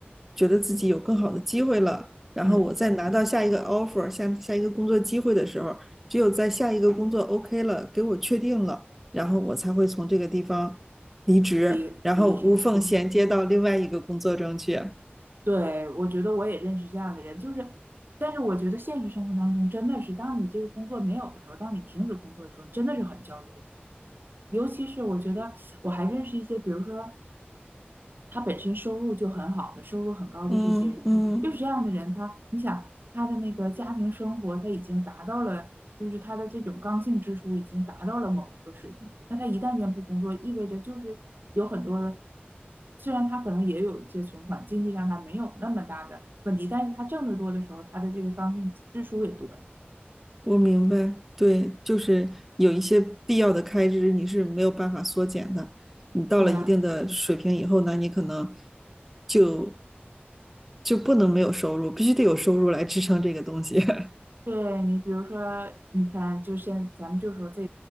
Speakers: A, in the centre; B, on the right (about 55°).
A: 觉得自己有更好的机会了，然后我再拿到下一个
B: 嗯，
A: offer，下下一个工作机会的时候，只有在下一个工作 OK 了，给我确定了，然后我才会从这个地方离职，
B: 离离开。
A: 然后无缝衔接到另外一个工作中去。
B: 对，我觉得我也认识这样的人，就是，但是我觉得现实生活当中真的是，当你这个工作没有的时候，当你停止工作的时候，真的是很焦虑。尤其是我觉得我还认识一些，比如说他本身收入就很好的，收入很高的这些人，
A: 嗯嗯。
B: 就是这样的人，他。他的那个家庭生活，他已经达到了，就是他的这种刚性支出已经达到了某一个水平。那他一旦间不工作，意味着就是有很多的，虽然他可能也有一些存款，经济上他没有那么大的问题，但是他挣得多的时候，他的这个刚性支出也多呀。
A: 我明白，对，就是有一些必要的开支你是没有办法缩减的。你到了一定的水平以后呢，
B: 对呀，
A: 你可能就就不能没有收入，必须得有收入来支撑这个东西。<laughs>
B: 对你，比如说，你看，就现咱们就说这